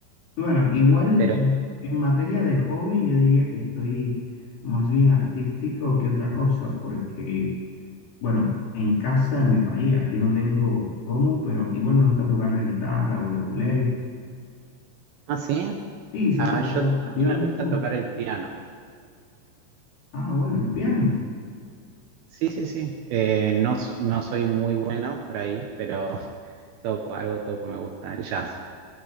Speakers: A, on the left; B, on the right.
A: Bueno, igual
B: Pero,
A: en, en materia de hobby, yo diría que soy más bien artístico que otra cosa, porque, bueno, en casa, en mi país, aquí no tengo cómo, pero igual me gusta tocar la guitarra o el ukulele.
B: ah, sí,
A: Sí, siempre
B: ah,
A: que
B: yo,
A: saco
B: a
A: tiempo.
B: mí me gusta tocar el piano.
A: Ah, bueno, el piano.
B: Sí, sí, sí. Eh, no, s- no soy muy bueno por ahí, pero <laughs> toco, algo toco, me gusta, el jazz.